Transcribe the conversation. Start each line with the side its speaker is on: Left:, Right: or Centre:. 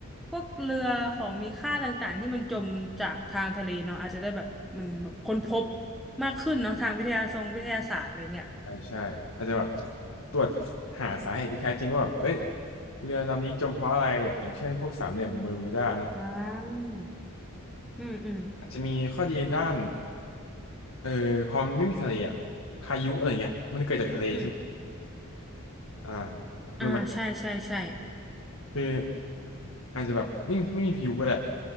Centre: พวกเรือของมีค่าต่างๆที่มันจมจากทางทะเลเนาะอาจจะได้แบบมันแบบค้นพบมากขึ้นเนาะทางวิทยาทรงวิทยาศาสตร์อะไรเงี้ย
Left: ใช่ใช่อาจจะแบบตรวจหาสาเหตุที่แท้จริงว่าแบบเอ้ยเรือลำนี้จมเพราะอะไรแบบอย่างเช่นพวกสามเหลี่ยมเบอร์มิวดาเนาะ
Centre: อ่าอืมอืม
Left: อาจจะมีข้อดีด้านเออพอมันไม่มีทะเลอะพายุอะไรเงี้ยมันเกิดจากทะเลใช่ไหม
Centre: อืม
Left: อ่าคุณรู้ไหม
Centre: อ่าใช่ใช่ใช่
Left: คือ อาจจะแบบไม่ไม่มีพายุก็ได้